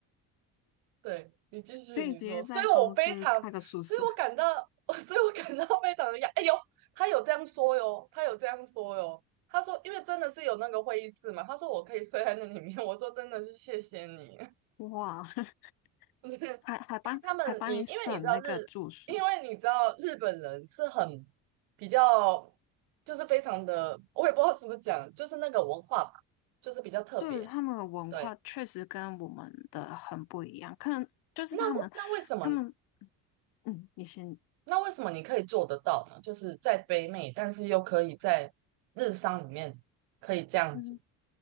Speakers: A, on the right (about 85°); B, on the left (about 80°).
A: 对你继续，
B: 可以直接在公司开个宿舍，
A: 你说，所以我非常，所以我感到，<laughs> 所以我感到非常的压，哎呦，他有这样说哟，他有这样说哟。他说，因为真的是有那个会议室嘛，他说我可以睡在那里面。我说真的是谢谢你，
B: 哇！<laughs>
A: <laughs> 你，因
B: 还还帮还帮你省那个住宿，
A: 为他们，你因为你知道日，因为你知道日本人是很比较，就是非常的，我也不知道是不是讲，就是那个文化吧，就是比较特别。
B: 对他们的文化确实跟我们的很不一样，
A: 对，
B: 可能就是他们他们
A: 那为那为什么
B: 嗯，你先。
A: 那为什么你可以做得到呢？就是在北美，但是又可以在日商里面可以这样子。
B: 嗯。